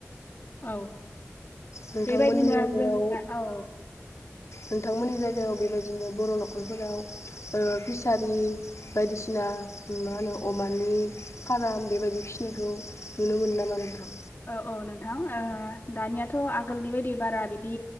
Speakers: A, on the left; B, on the left.
A: औ,
B: नोंथांमोननि
A: बेबायदिनो
B: जायगायाव
A: जोंनिया औ।
B: नोंथांमोननि जायगायाव बेबायदिनो बर' न'खरफोराव ओ फिसारि बायदिसिना मा होनो अमानि फाराम बेबायदि फिसिनायखौ नुनो मोनो नामा नोंथां?
A: औ औ नोंथां। ओ दानियाथ' आगोलनि बायदि बारा बिदि